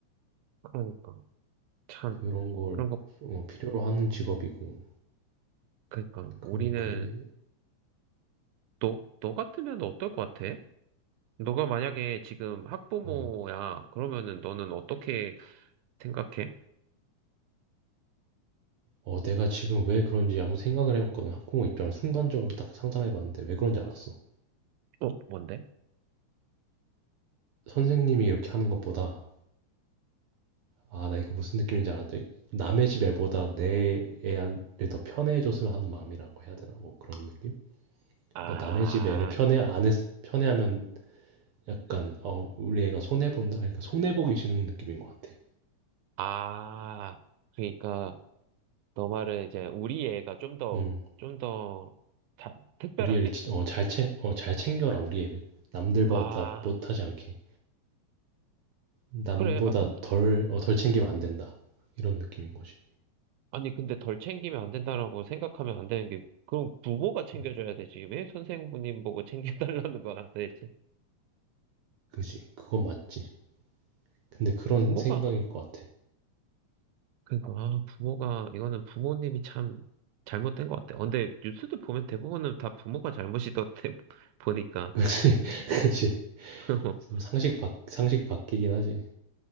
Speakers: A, on the right; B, on the right.
A: 그러니까 참
B: 그런 걸
A: 그런 거
B: 어 필요로 하는 직업이고
A: 그러니까
B: 그러면
A: 우리는
B: 그게
A: 너 너 같으면 어떨 것 같아? 너가 만약에 지금 학부모야,
B: 어.
A: 그러면은 너는 어떻게 생각해?
B: 어, 내가 지금 왜 그런지 한번 생각을 해봤거든. 학부모 입장을 순간적으로 딱 상상해봤는데 왜 그런지 알았어.
A: 어, 뭔데?
B: 선생님이 이렇게 하는 것보다 아, 나 이거 무슨 느낌인지 알았다. 남의 집 애보다 내 애한더 편애해줬으면 하는 마음이라고 해야 되나? 뭐 그런 느낌?
A: 아,
B: 그러니까 남의 집 애를 편애 안 했, 편애하면 약간 어, 우리 애가 손해 본다. 그러니까 손해 보기 싫은 느낌인 것 같아.
A: 아, 그러니까 너 말은 이제 우리 애가 좀 더,
B: 음,
A: 좀 더 특별하게?
B: 우리 애를 진- 어, 잘 챙, 어, 잘 챙겨라 우리 애를. 남들보다
A: 아,
B: 못하지 않게. 남보다
A: 그래. 아, 근,
B: 덜, 어, 덜 챙기면 안 된다. 이런 느낌인 거지.
A: 아니, 근데 덜 챙기면 안 된다라고 생각하면 안 되는 게, 그럼 부모가 챙겨줘야
B: 음,
A: 되지. 왜 선생님 보고 챙겨달라는 거야, 대체.
B: 그지. 그건 맞지. 근데 그런
A: 부모가,
B: 생각일 것 같아.
A: 그러니까, 아, 부모가, 이거는 부모님이 참 잘못된 것 같아. 어, 근데 뉴스도 보면 대부분은 다 부모가 잘못이던데, <laughs> 보니까.
B: 그지. <laughs> 그지.
A: <laughs>
B: 좀 상식 바, 상식 바뀌긴 하지.